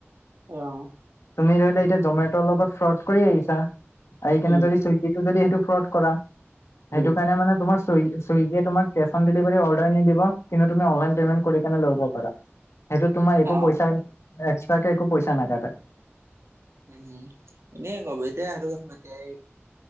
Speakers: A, on the right; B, on the left.
A: অহ,
B: তুমি ধৰি ল এতিয়া জমেটৰ লগত ফ্ৰড কৰি আহিছা আহি কেনে
A: উম
B: যদি চুইগি টো যদি সেইটো ফ্ৰদ কৰা, সেইটো
A: উম
B: কাৰণে মানে তোমাৰ চু চুইগিয়ে তোমাক কেছ অন ডেলিভাৰী অৰ্ডাৰ নিদিব কিন্তু তুমি অনলাইন পেমেন্ট কৰি কেনি ল'ব পাৰা। সেইটোত তোমাৰ একো
A: অ
B: পইচা এক্সট্ৰাকে একো পইচা নাকাটে।
A: উম এনে কব এতিয়া সেইটো <unintelligible>